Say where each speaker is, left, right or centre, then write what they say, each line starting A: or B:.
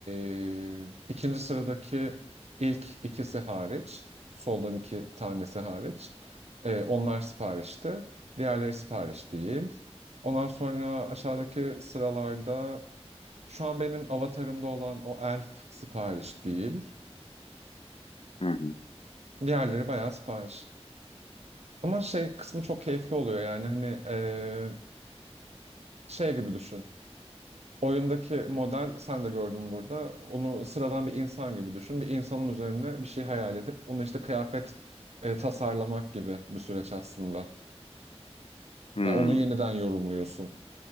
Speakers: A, on the right (about 70°); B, on the left (about 60°).
A: e, ikinci sıradaki ilk ikisi hariç. Soldan iki tanesi hariç. E, onlar siparişti. Diğerleri sipariş değil. Ondan sonra aşağıdaki sıralarda şu an benim avatarımda olan o elf sipariş değil.
B: Hı hı.
A: Diğerleri bayağı sipariş. Ama şey kısmı çok keyifli oluyor yani hani eee, şey gibi düşün. Oyundaki model sen de gördün burada. Onu sıradan bir insan gibi düşün. Bir insanın üzerine bir şey hayal edip onu işte kıyafet eee, tasarlamak gibi bir süreç aslında.
B: Hmm.
A: Yani onu yeniden yorumluyorsun.